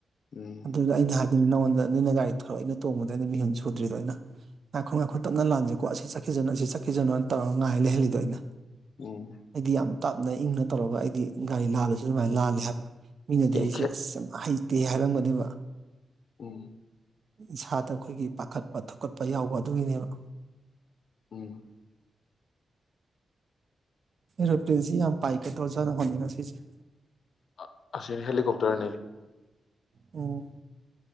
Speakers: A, on the left; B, on the right.
A: ꯎꯝ
B: ꯑꯗꯨꯗ ꯑꯩꯅ ꯍꯥꯏ ꯅꯉꯣꯟꯗ ꯃꯤꯅ ꯒꯥꯔꯤ ꯊꯧꯔ ꯑꯩꯅ ꯇꯣꯡꯕꯗ ꯃꯤꯍꯨꯟ ꯁꯨꯗ꯭ꯔꯤꯗꯣ ꯑꯩꯅ ꯉꯥꯏꯈꯣ ꯉꯥꯏꯈꯣ ꯇꯞꯅ ꯂꯥꯟꯖꯦ ꯀꯣ ꯑꯁꯤ ꯆꯠꯈꯤꯖꯅꯨ ꯑꯁꯤ ꯆꯠꯈꯤꯖꯅꯨꯅ ꯇꯧꯔ ꯉꯥꯏ ꯂꯩꯍꯜꯂꯤꯗꯣ ꯑꯩꯅ
A: ꯎꯝ
B: ꯑꯩꯗꯤ ꯌꯥꯝ ꯇꯞꯅ ꯏꯪꯅ ꯇꯧꯔꯒ ꯑꯩꯗꯤ ꯒꯥꯔꯤ ꯂꯥꯜꯂꯁꯨ ꯑꯗꯨꯃꯥꯏ ꯂꯥꯜꯂꯦ ꯍꯥꯏꯕ ꯃꯤꯅꯗꯤ
A: ꯏ
B: ꯑꯩꯁꯦ
A: ꯈꯦ
B: ꯑꯁ ꯌꯥꯝ ꯇꯦ ꯍꯥꯏꯔꯝꯒꯅꯤꯕ
A: ꯎꯝ
B: ꯏꯁꯥꯗ ꯑꯩꯈꯣꯏꯒꯤ ꯄꯥꯈꯠ ꯄ ꯊꯨꯀꯠꯄ ꯌꯥꯎꯕ ꯑꯗꯨꯒꯤꯅꯦꯕ
A: ꯎꯝ
B: ꯑꯦꯔꯣꯄ꯭ꯂꯦꯟꯁꯤ ꯌꯥꯝ ꯄꯥꯏ ꯀꯩꯗꯧꯔ ꯖꯥꯠꯅꯣ ꯈꯪꯗꯦ ꯉꯥ <unintelligible>
A: ꯑ ꯑꯁꯤꯅ ꯍꯦꯂꯤꯀꯣꯞꯇꯔꯅꯦ
B: ꯑꯣ